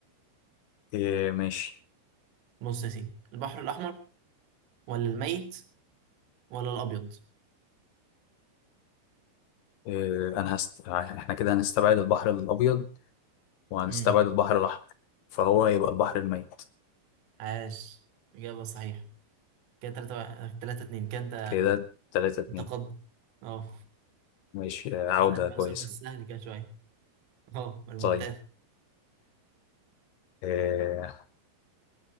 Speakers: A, on the left; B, on the right.
A: إيه ماشي
B: بص يا سيدي البحر الاحمر ولا الميت ولا الابيض
A: إيه أنا هست... إحنا كده هنستبعد البحر الأبيض وهنستبعد
B: امم
A: البحر الأحمر فهو هيبقى البحر الميت
B: عاش اجابة صحيحة كده 3 3 2 كده انت
A: كده 3 2
B: متقدم اه
A: ماشي آه،
B: اسأل
A: عودة
B: بقى
A: كويسة
B: سؤال بس سهل كده شوية اه الممتاز
A: طيب إيه